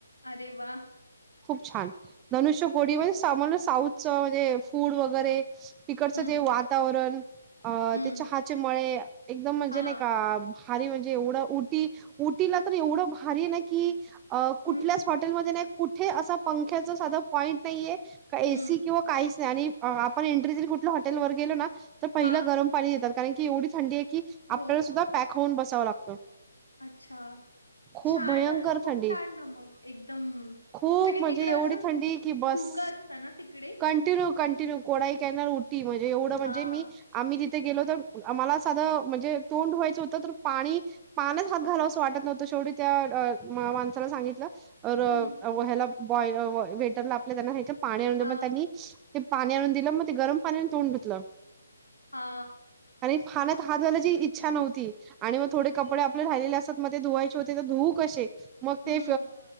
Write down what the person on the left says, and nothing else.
अे वा.
हं,
हं.
हां.
हं,
हं.
हां.
हो
का?
अच्छा
छान
खूप
छान ना मग एकदम
आणि
तिकडं
असं
धोका असत ना तिकडे
हां.
हं.
हां.
हा
हं.